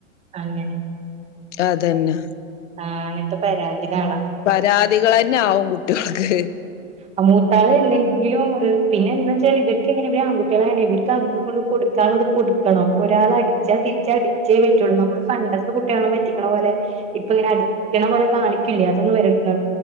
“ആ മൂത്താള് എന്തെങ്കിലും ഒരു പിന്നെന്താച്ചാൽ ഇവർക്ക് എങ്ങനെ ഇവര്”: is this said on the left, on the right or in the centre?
Right